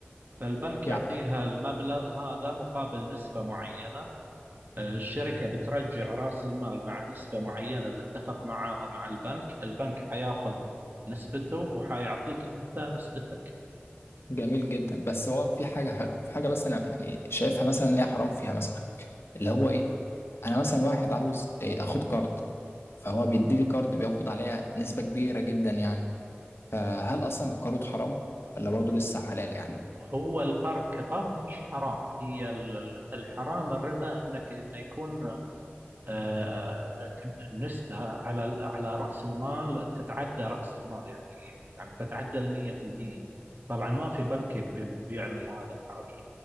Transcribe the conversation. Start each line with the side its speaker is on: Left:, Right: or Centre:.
Right: فالبنك
Left: يعني
Right: يعطيها المبلغ هذا مقابل نسبه معينه الشركه بترجع راس المال مع نسبه معينه اللي اتفق معاها مع البنك البنك حياخذ نسبته وحيعطيك انت نسبتك
Left: جميل جدا بس هو في حاجه حلوه في حاجه بس انا يعني شايفها مثلا ان هي حرام فيها مثلا اللي هو ايه انا مثلا واحد عاوز إيه، اخد كارد فهو بيدي لي كارد بياخد عليها نسبه كبيره جدا يعني فهل اصلا الكارد حرام ولا برضه لسه حلال يعني
Right: هو القرض كقرض مش حرام هي ال- الحرام الربا انك انه يكون آه، كم- النسبة على على رأس المال تتعدى رأس المال يعني يعني تتعدى ال 100% طبعا ما في بنك بي- بيعمل هذا الحاجة